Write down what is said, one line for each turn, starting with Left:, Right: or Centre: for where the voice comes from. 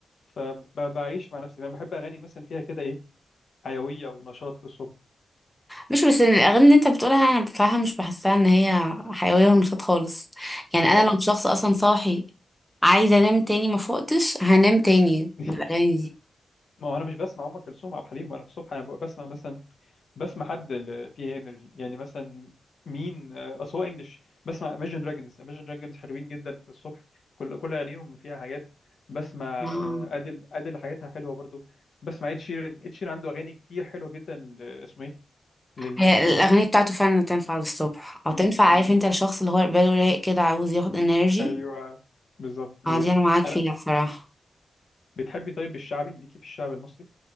Left: فبعيش مع نفسي فاهم بحب اغاني مثلا فيها كده ايه حيويه ونشاط في الصبح
Centre: مش بس الاغاني اللي انت بتقولها انا بصراحه مش بحسها ان هي حيويه ونشاط خالص يعني انا
Left: ما هو
Centre: لو شخص اصلا صاحي عايزه انام تاني ما فقتش هنام تاني
Left: <laughs>
Centre: بالاغاني دي
Left: ما هو انا مش بسمع ام كلثوم وعبد الحليم وانا في الصبح انا ببقى بسمع مثلا بسمع حد اللي فيه انرجي يعني مثلا مين آه، اصل هو انجلش بسمع Imagine Dragons Imagine Dragons حلوين جدا في الصبح كل كل اغانيهم فيها حاجات بسمع
Centre: اه
Left: ادل ادل حاجاتها حلوه برضو بسمع اد شيران اد شيران عنده اغاني كتير حلوه جدا ل- اسمه ايه لانك
Centre: هي
Left: تقوم
Centre: الاغاني بتاعته فعلا تنفع للصبح او
Left: مم،
Centre: تنفع عارف
Left: مم، مم.
Centre: انت الشخص اللي هو باله رايق كده عاوز ياخد انرجي
Left: ايوه بالظبط بالظبط
Centre: اه دي انا معاك فيها
Left: انا
Centre: بصراحه
Left: بتحبي طيب الشعبي ليكي في الشعب المصري